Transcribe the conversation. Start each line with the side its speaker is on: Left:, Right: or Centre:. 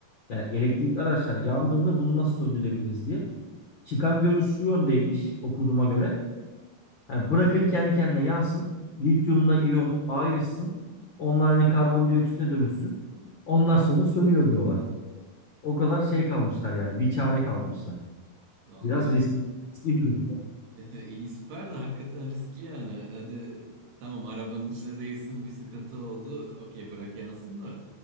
Left: Yani elektrikli araçlar yandığında bunu nasıl söndürebiliriz diye. Çıkan görüş şu yöndeymiş okuduğuma göre. Yani bırakın kendi kendine yansın. Lityumla iyon ayrışsın. Onlar hani karbondioksite dönüşsün. Ondan sonra sönüyor diyorlar. O kadar şey kalmışlar yani bir çare kalmışlar.
Right: Vallahi
Left: Biraz riskli bir durum.
Right: <laughs> İyi süper de hakikaten riskli yani. Hadi tamam arabanın içine değilsin bir sıkıntı oldu. Okey bırak yansın da